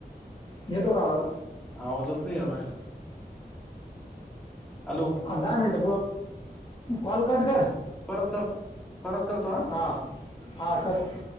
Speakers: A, on the left; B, in the centre.
A: येतो काळात.
B: आवाजच नाही या राहिला.? हॅलो,
A: दहा मिनट कॉल कट कर
B: परत करत परत करतो हा
A: हां. हा कर.?